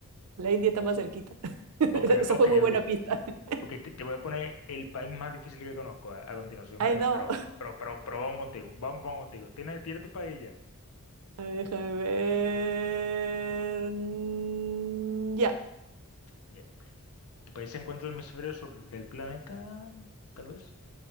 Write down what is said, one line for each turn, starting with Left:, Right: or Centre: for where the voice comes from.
Right: La India está más cerquita. <laughs> Esa
Left: Ok,
Right: esa
Left: ok,
Right: fue muy buena
Left: ok.
Right: pista. <laughs>
Left: Ok, te, te voy a poner el país más difícil que conozco a, a continuación.
Right: Ay,
Left: Ven,
Right: no.
Left: pero, pero, pero, pero vamos contigo. Vamos, vamos contigo. ¿Tienes, tienes tu país ya?
Right: A ver, déjame ver. Mm, Ya.
Left: Bien. ¿Tu país se encuentra en el hemisferio sur del planeta? Tal vez.